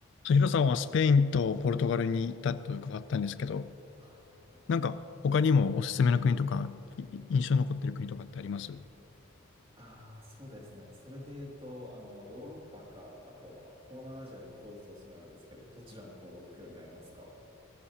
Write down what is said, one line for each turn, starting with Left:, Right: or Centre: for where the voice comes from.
Left: ヒロさんはスペインとポルトガルに行ったと伺ったんですけど、
Right: はいはいはい。
Left: なんか他にもおすすめの国とか、い印象に残ってる国とかってありますう
Right: ああ、そうですね。それで言うと、あの、ヨーロッパか、あとは東南アジアで一個ずつおすすめあるんですけど、どちらの方がご興味ありますか